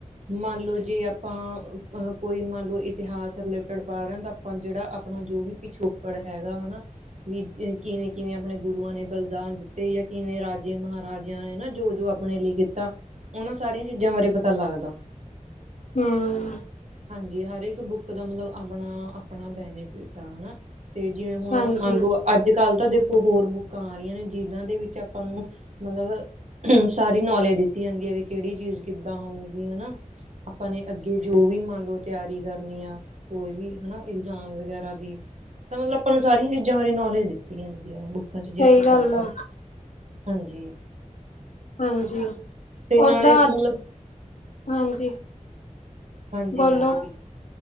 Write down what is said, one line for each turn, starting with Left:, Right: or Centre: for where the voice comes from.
Right: ਮੰਨ ਲਓ ਜੇ ਆਪਾਂ ਕੋਈ ਮੰਨ ਲਓ ਇਤਿਹਾਸ ਰਿਲੇਟਡ <unintelligible> ਹੁਣ ਜਿਹੜਾ ਆਪਣਾ ਜੋ ਵੀ ਪਿਛੋਕੜ ਹੈਗਾ ਹੈਨਾ ਵੀ ਕਿਵੇਂ ਕਿਵੇਂ ਆਪਣੇ ਗੁਰੂਆਂ ਨੇ ਬਲੀਦਾਨ ਦਿੱਤੇ ਜਾਂ ਕਿਵੇਂ ਰਾਜੇ ਮਹਾਰਾਜਿਆਂ ਹਨ ਨਾ ਜੋ ਜੋ ਆਪਣੇ ਲਈ ਕੀਤਾ ਉਹਨਾਂ ਸਾਰੀਆਂ ਚੀਜ਼ਾਂ ਬਾਰੇ ਪਤਾ ਲੱਗਦਾ
Left: ਹਮ
Right: ਹਾਂਜੀ ਹਰ ਇੱਕ ਬੁੱਕ ਦਾ ਮਤਲਬ ਆਪਣਾ ਆਪਣਾ ਬੈਨੀਫਿਟ ਆ ਹੈਨਾ ਤੇ ਜਿਵੇਂ ਹੁਣ
Left: ਹਾਂਜੀ
Right: ਮੰਨ ਲਓ ਅੱਜ ਕੱਲ ਤਾਂ ਦੇਖੋ ਹੋਰ ਬੁੱਕਾਂ ਆ ਰਹੀਆਂ ਨੇ ਜਿਨਾਂ ਦੇ ਵਿੱਚ ਆਪਾਂ ਨੂੰ ਮਤਲਬ ਹਮ ਸਾਰੀ ਨੌਲੇਜ ਦਿੱਤੀ ਜਾਂਦੀ ਹੈ ਵੀ ਕਿਹੜੀ ਚੀਜ਼ ਕਿੱਦਾਂ ਹੋਊ ਹੇਨਾ ਆਪਾਂ ਨੇ ਅੱਗੇ ਜੋ ਵੀ ਮੰਨ ਲਓ ਤਿਆਰੀ ਕਰਨੀ ਆ ਕੋਈ ਵੀ ਹੇਨਾ ਏਕਜ਼ਾਮ ਵਗੈਰਾ ਦੀ ਤਾਂ ਮਤਲਬ ਆਪਾਂ ਨੂੰ ਸਾਰੀਆਂ ਚੀਜ਼ਾਂ ਬਾਰੇ ਨੌਲੇਜ ਦਿੱਤੀ ਜਾਂਦੀ ਹੈ ਜੇ
Left: ਸਹੀ
Right: ਆਪਾਂ
Left: ਗੱਲ
Right: ਪੜ੍ਹਦੇ
Left: ਆ
Right: ਹਾਂਜੀ
Left: ਹਾਂਜੀ
Right: ਤੇ ਨਾਲੇ
Left: ਉਦਾਂ
Right: ਮਤਲਬ
Left: ਹਾਂਜੀ
Right: ਹਾਂਜੀ
Left: ਬੋਲੋ
Right: ਹਾਂਜੀ ਬਿਲਕੁਲ